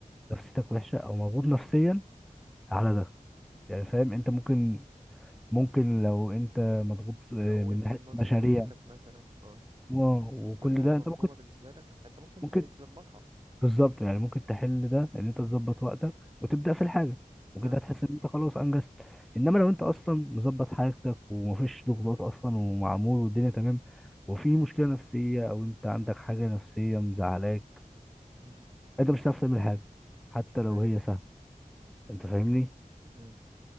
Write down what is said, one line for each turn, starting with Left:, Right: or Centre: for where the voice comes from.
Centre: نفسيتك وحشه او مضغوط نفسيا على ده يعني فاهم انت ممكن ممكن لو انت مضغوط آه،
Right: لو
Centre: من
Right: انت
Centre: ناحيه
Right: منظم
Centre: مشاريع
Right: دنيتك مثلا اه
Centre: و-
Right: وكل
Centre: وكل
Right: حاجة
Centre: ده
Right: مفهومة
Centre: انت ممكن
Right: بالنسبة لك انت ممكن
Centre: ممكن
Right: ت- تظبطها
Centre: بالظبط يعني ممكن تحل ده ان انت تظبط وقتك وتبدا في الحاجه وكده
Right: اه
Centre: هتحس ان انت خلاص انجزت انما
Right: مم.
Centre: لو انت اصلا مظبط حاجتك ومفيش ضغوطات اصلا ومعمول والدنيا تمام وفي مشكله نفسيه او انت عندك حاجه نفسيه مزعلاك
Right: مم.
Centre: انت مش هتعرف تعمل حاجه حتى لو
Right: ايوه
Centre: هي سهله انت فاهمني
Right: مم.